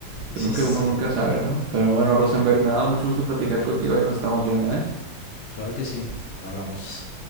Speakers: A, on the left; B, on the right.
A: sí,
B: Nunca,
A: sí,
B: uno nunca sabe, ¿no? Pero bueno, Rosenberg, me ha dado mucho gusto platicar contigo y nos estamos viendo, ¿eh?
A: claro que sí, hablamos.